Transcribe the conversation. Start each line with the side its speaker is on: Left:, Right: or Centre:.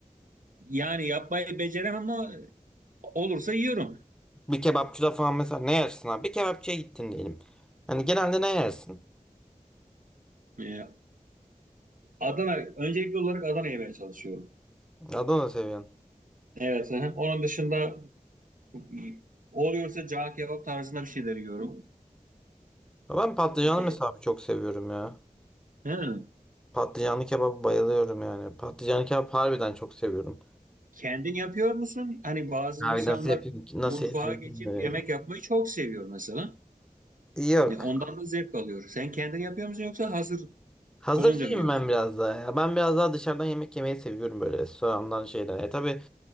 Right: yani yapmayı beceremem ama olursa yiyorum.
Centre: Bir kebapçıda falan mesela ne yersin abi? Bir kebapçıya gittin diyelim. Hani genelde ne yersin?
Right: Ee, Adana öncelikli olarak Adana yemeye çalışıyorum.
Centre: Adana seviyorsun.
Right: Evet. hı hı. Onun dışında Çok iyi. Oluyorsa cağ kebap tarzında bir şeyler yiyorum.
Centre: Ya Ben patlıcanlı
Right: Ee,
Centre: mesela abi çok seviyorum ya.
Right: hı.
Centre: Patlıcanlı kebaba bayılıyorum yani. Patlıcanlı kebap harbiden çok seviyorum.
Right: Kendin yapıyor musun? Hani bazı
Centre: Abi
Right: insanlar
Centre: nasıl yapayım ki- nasıl
Right: mutfağa
Centre: yapayım
Right: geçip
Centre: şimdi?
Right: yemek yapmayı çok seviyor mesela.
Centre: Yok.
Right: E, Ondan da zevk alıyor. Sen kendin yapıyor musun yoksa hazır
Centre: Hazırcıyım
Right: bulunca mı yiyorsun?
Centre: ben biraz daha ya. Ben biraz daha dışarıdan yemek yemeyi seviyorum böyle restorandan şeyden. E tabii